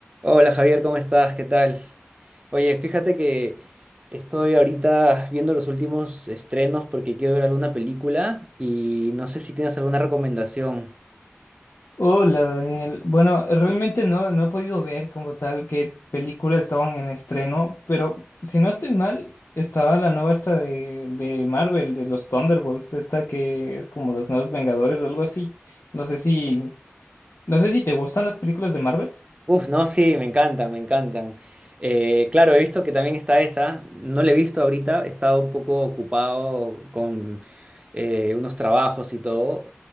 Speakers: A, on the right; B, on the left.
A: Hola Javier, ¿cómo estás? ¿Qué tal? Oye, fíjate que estoy ahorita viendo los últimos estrenos porque quiero ver alguna película y no sé si tienes alguna recomendación.
B: Hola, Daniel. Bueno, realmente no, no he podido ver como tal qué películas estaban en estreno, pero si no estoy mal, estaba la nueva esta de, de Marvel, de los Thunderbolts, esta que es como los nuevos Vengadores o algo así. No sé si, no sé si te gustan las películas de Marvel.
A: Uf, no, sí, me encantan, me encantan. Eh, claro, he visto que también está esa, no la he visto ahorita, he estado un poco ocupado con eh, unos trabajos y todo,